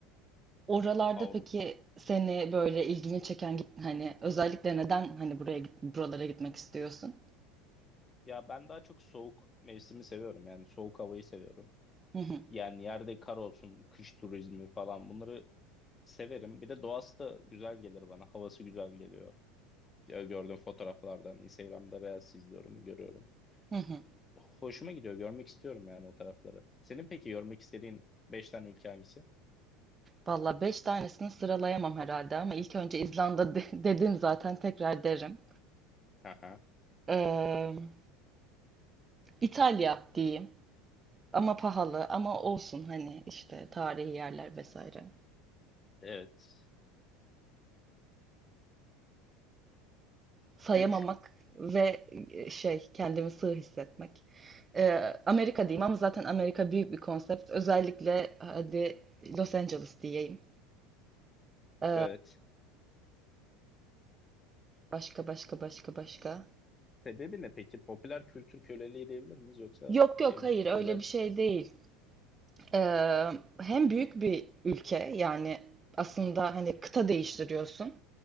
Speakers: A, on the right (about 20°); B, on the left (about 20°).
A: Oralarda
B: Avrupa.
A: peki seni böyle ilgini çeken git- hani özellikle neden hani buraya git- buralara gitmek istiyorsun?
B: Ya ben daha çok soğuk mevsimi seviyorum. Yani soğuk havayı seviyorum.
A: Hı hı,
B: Yani yerde kar olsun, kış turizmi falan bunları severim. Bir de doğası da güzel gelir bana. Havası güzel geliyor. Ya Gördüğüm fotoğraflardan, Instagram'da Reels izliyorum, görüyorum.
A: hı hı.
B: Hoşuma gidiyor. Görmek istiyorum yani o tarafları. Senin peki görmek istediğin 5 tane ülke hangisi?
A: Valla beş tanesini sıralayamam herhalde ama ilk önce İzlanda de- <laughs> dedim zaten tekrar derim.
B: Aha.
A: Ee, İtalya diyeyim ama pahalı ama olsun hani işte tarihi yerler vesaire.
B: Evet.
A: sayamamak
B: üç
A: ve e, şey kendimi sığ hissetmek. Ee, Amerika diyeyim ama zaten Amerika büyük bir konsept. Özellikle hadi Los Angeles diyeyim. Ee,
B: Evet.
A: başka başka başka başka.
B: Sebebi ne peki? Popüler kültür köleliği diyebilir miyiz yoksa
A: Yok
B: şey
A: yok
B: mi?
A: hayır öyle
B: Özel
A: bir
B: spesifik.
A: şey değil. Ee, hem büyük bir ülke yani aslında hani kıta değiştiriyorsun.